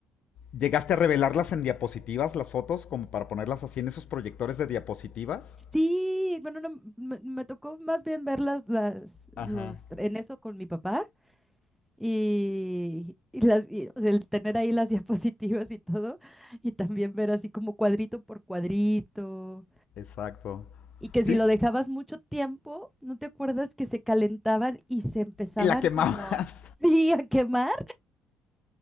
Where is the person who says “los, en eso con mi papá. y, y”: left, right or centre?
Centre